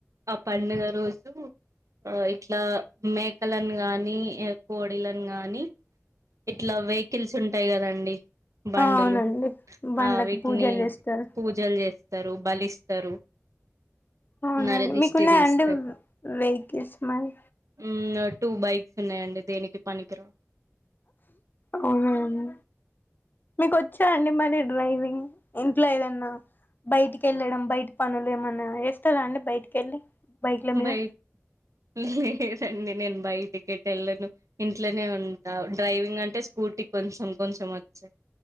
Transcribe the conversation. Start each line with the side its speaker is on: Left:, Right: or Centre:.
Right: ఆ పండుగ రోజు ఆ ఇట్లా మేకలను గానీ అ కోడిలను గానీ ఇట్లా వెహికల్స్ ఉంటాయి కదండి. బండులు
Left: అవునండి బండ్లకి
Right: ఆ వీటిని
Left: పూజలు చేస్తారు
Right: పూజలు చేస్ తరు బలిస్తరు.
Left: అవునండి
Right: నరదిష్టి
Left: మీకున్నాయండి
Right: తీస్తరు
Left: వెహికల్స్ మరి
Right: ఊ ఒట్ టూ బైక్స్ ఉన్నాయండి దేనికి పనికిరావ్
Left: అవునా అండి మీకు వచ్చా అండి మరి డ్రైవింగ్ ఇంట్ల ఏదన్న బయటికి వెళ్ళడం బయట పనులు ఏమన్నా ఏస్తరా అండి బయటికి వెళ్ళి బైక్ల మీద
Right: బైక్ లేదం అండి నేను బైటికెటెళ్ళను ఇంట్లోనే ఉంటా, డ్రైవింగ్ అంటే స్కూటీ కొంచం కొంచం వచ్చు,